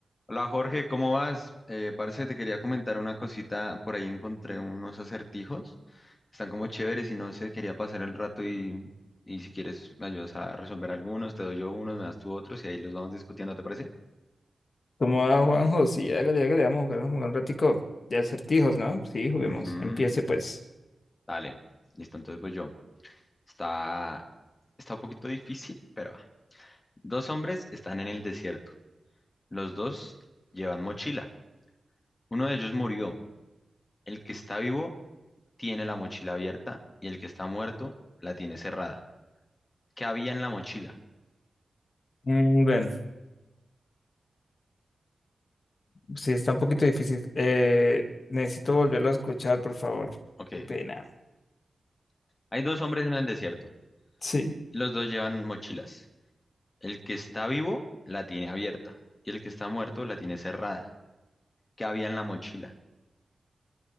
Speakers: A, on the left; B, on the left.
A: Hola Jorge, ¿cómo vas? Eh, parce, te quería comentar una cosita. Por ahí encontré unos acertijos. Están como chéveres y no sé, quería pasar el rato y, y si quieres me ayudas a resolver algunos, te doy yo unos, me das tú otros y ahí los vamos discutiendo, ¿te parece?
B: ¿Cómo va, Juanjo? Sí, hágale, hágale, vamos a jugar, vamos a jugar un ratico de acertijos, ¿no? Sí, juguemos.
A: Ujú,
B: Empiece, pues.
A: Dale, listo, entonces voy yo. Está, está un poquito difícil, pero va. dos hombres están en el desierto. Los dos llevan mochila. Uno de ellos murió. El que está vivo tiene la mochila abierta y el que está muerto la tiene cerrada. ¿Qué había en la mochila?
B: Mm, bueno, sí, está un poquito difícil. Eh, necesito volverlo a escuchar, por favor.
A: Ok,
B: Qué pena.
A: hay dos hombres en el desierto
B: Sí.
A: y los dos llevan mochilas. El que está vivo la tiene abierta y el que está muerto la tiene cerrada. ¿Qué había en la mochila?